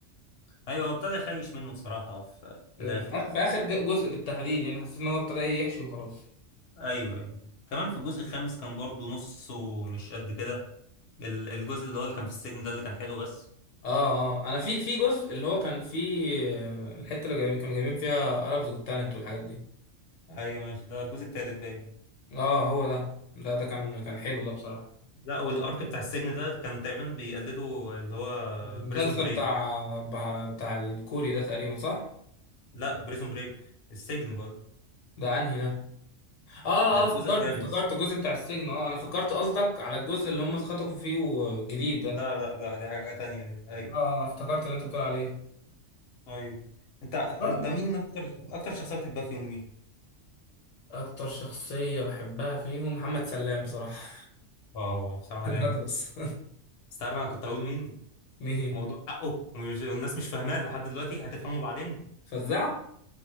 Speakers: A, on the left; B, on the left.
A: ايوه هو ابتدى يخيش منه بصراحه في, في
B: في
A: الاخر
B: آخر في آخر ج- جزء بالتحديد يعني حسيت إن هو ابتدى إيه يحشي وخلاص
A: ايوه ايوه كمان في الجزء الخامس كان برضو نصه مش قد كده ال- الجزء اللي هو اللي كان في السجن ده اللي كان حلو بس
B: آه آه أنا في في جزء اللي هو كان فيه آه، الحتة اللي جايبين كانوا جايبين فيها أرابز والتالنت والحاجات دي
A: ايوه ماشي ده الجزء التالت باين
B: آه هو ده ده ده كان كان حلو ده بصراحة
A: لا والارك بتاع السجن ده كان تقريبا بيقلدوا اللي هو
B: المسلسل
A: بريزون بريك
B: بتاع بتاع الكوري ده تقريبا صح؟
A: لا بريزون بريك السجن بقول
B: ده أنهي ده؟ آه آه
A: ده في
B: آه، افتكرت
A: الجزء الخامس
B: افتكرت الجزء بتاع السجن آه أنا فكرت قصدك على الجزء اللي هم اتخطفوا فيه الجديد ده
A: لا لا لا دي حاجة تانية دي أيوة
B: آه افتكرت اللي أنت بتقول عليه
A: أيوة أنت أنت
B: برضه
A: مين أكتر أكتر شخصية بتحبها فيهم مين؟
B: أكتر شخصية بحبها فيهم محمد سلام بصراحة
A: واو بصراحة
B: <laughs> هدرس
A: جامد بس تعرف أنا كنت أقول مين؟
B: مين
A: موضوع حقه ومش- والناس مش فاهماه لحد دلوقتي هتفهمه بعدين
B: فزاع